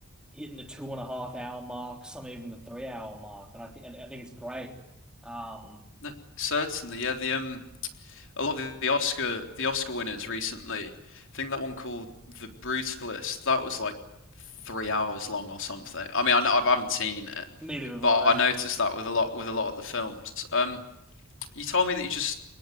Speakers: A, in the centre; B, on the left.
A: hitting the two and a half hour mark, some even the three hour mark, and I think I think it's great. Um,
B: no, certainly. Yeah, the um a lot of the, the Oscar the Oscar winners recently. I think that one called The Brutalist. That was like three hours long or something. I mean, I know, I haven't seen it,
A: Neither have
B: but
A: I.
B: I noticed that with a lot with a lot of the films. Um, you told me that you just